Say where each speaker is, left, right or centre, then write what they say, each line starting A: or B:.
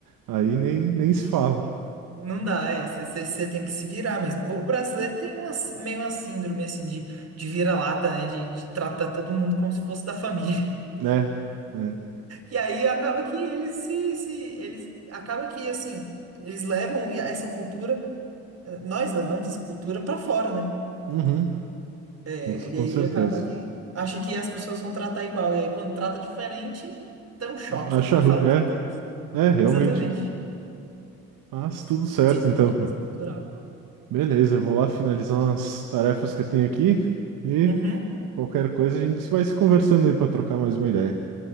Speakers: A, on the right (about 50°); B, on the right (about 35°).
A: aí nem, nem se fala,
B: Não dá, é, você tem que se virar mesmo. O brasileiro tem uma, meio uma síndrome, assim, de, de vira-lata, né, de, de tratar todo mundo como se fosse da família.
A: né? É.
B: E aí acaba que eles se, se eles acaba que assim, eles levam essa cultura, eh, nós levamos essa cultura pra fora, né?
A: Uhum,
B: É,
A: isso,
B: E
A: com
B: aí
A: certeza.
B: acaba que acha que as pessoas vão tratar igual, e aí quando trata diferente, tem um choque
A: Acha
B: e
A: ruim,
B: fala
A: é.
B: que é grosso.
A: É, realmente.
B: Exatamente.
A: Mas tudo certo
B: Exatamente,
A: então, cara.
B: mas é cultural.
A: Beleza, eu vou lá finalizar umas tarefas que eu tenho aqui e
B: Uhum.
A: qualquer coisa a gente vai se conversando aí para trocar mais uma ideia.